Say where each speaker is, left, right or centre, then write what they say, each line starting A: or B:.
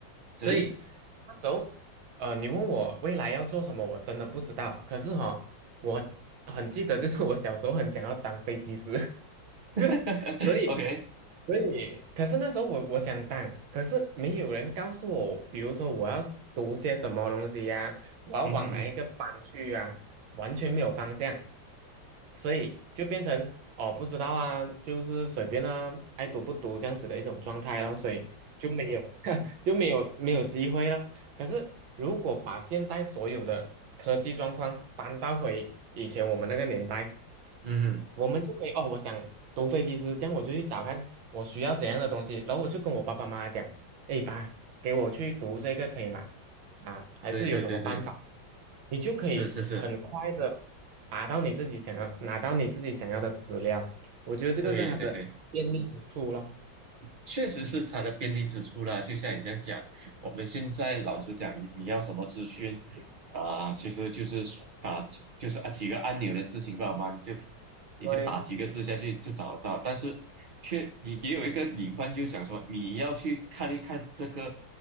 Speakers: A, on the right; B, on the right.
A: 所以那时候呃，
B: 对
A: 你问我未来要做什么，我真的不知道。可是哈、我很记得，就是我小时候很想要当飞机师，
B: <laughs>，OK，
A: <laughs> 所以所以，可是那时候我我想当，可是没有人告诉我，比如说我要读些什么东西呀、我要往哪一个班去呀、
B: 嗯哼哼，
A: 完全没有方向，所以就变成哦不知道啊，就是随便啊，爱读不读这样子的一种状态咯，所以就没有 <laughs> 就没有没有机会了。可是如果把现代所有的科技状况搬到回以前我们那个年代，
B: 嗯哼，
A: 我们就可以哦，我想读飞机师，这样我就去找看我需要怎样的东西，然后我就跟我爸爸妈妈讲，哎爸，给我去读这个可以吗？啊，还是有什么办法？
B: 对对对对，
A: 你就可以很快的
B: 是是是，
A: 达到你自己想要拿到你自己想要的资料，我觉得这个是它的便利之处咯。
B: 对对对。确实是它的便利之处啦，就像你这样讲，我们现在老实讲，你你要什么资讯啊、其实就是啊、就是啊几个按钮的事情吧嘛，你就你就打几个字下去就找得到。
A: 对，
B: 但是却也也有一个隐患，就想说你要去看一看这个，